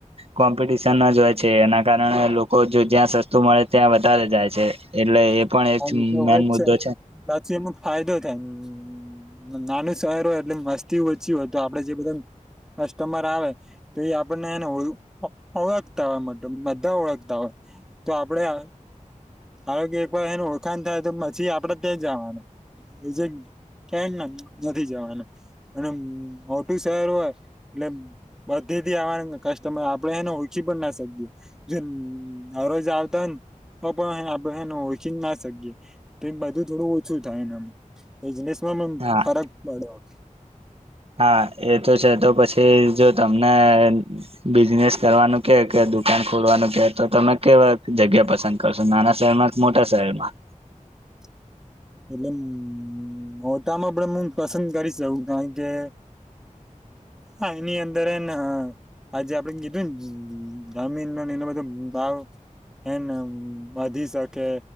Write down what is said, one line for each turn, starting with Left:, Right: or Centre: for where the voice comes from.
Right: કોમ્પિટિશન જ હોય છે. એના કારણે લોકો જો જ્યાં સસ્તું મળે ત્યાં વધારે જાય છે. એટલે એ પણ એક
Centre: હા એ તો
Right: મેન
Centre: હોય જ
Right: મુદ્દો
Centre: છે. પછી એમ ફાયદો થાય હમ્મ. ન નાનું શહેર હોય એટલે મસ્તી ઓછી હોય તો આપડે જે બધા કસ્ટમર આવે તો એ આપણને એને ઓ ઓળખતા હોય મતલબ બધા ઓળખતા હોય. તો આપડે આ આ કે પણ એનું ઓળખાણ થાય તો પછી આપડે ત્યાં જવાના. એ જે કે ના નથી જવાના અને મોટી શહેર હોય એટલે બધ <unintelligible> કસ્ટમર આપડે એને ઓળખી પણ ના શકીએ. જે રોજ આવતા હોય ને <unintelligible> પણ હે ને આપડે હે ને ઓળખી જ ના શકીએ. તો એ બધું થોડું ઓછું થાય એનામાં. <unintelligible> મમ
Right: હા
Centre: ફરક પડ્યો હોય.
Right: હા એ તો છે, તો પછી જો તમને બિઝનેસ કરવાનું કે દુકાન ખોલવાનું કહે તો તમે કેવા જગ્યા પસંદ કરશો? નાના શહેરમાં કે મોટા શહેરમાં?
Centre: <inaudible> એટલે અમ મોટામાં પણ હું પસંદ કરીશ એવું, કારણ કે હા એની અંદર એને હે ને આજે આપડે કીધું ને જ જામીનને એનો બધો ભાવ એન વધી શકે,